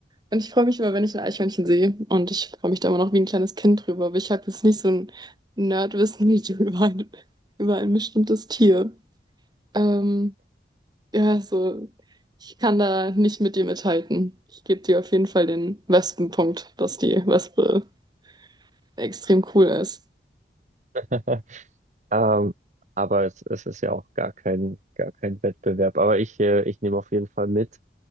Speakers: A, on the right; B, on the right.
A: Und ich freue mich immer, wenn ich ein Eichhörnchen sehe. Und ich freue mich da immer noch wie ein kleines Kind drüber. Aber ich habe jetzt nicht so ein Nerdwissen wie du <laughs> über ein, über ein bestimmtes Tier. Ähm, ja, so, ich kann da nicht mit dir mithalten. Ich gebe dir auf jeden Fall den Wespenpunkt, dass die Wespe extrem cool ist.
B: <laughs> Ähm, aber es, es ist ja auch gar kein, gar kein Wettbewerb. Aber ich, äh, ich nehme auf jeden Fall mit,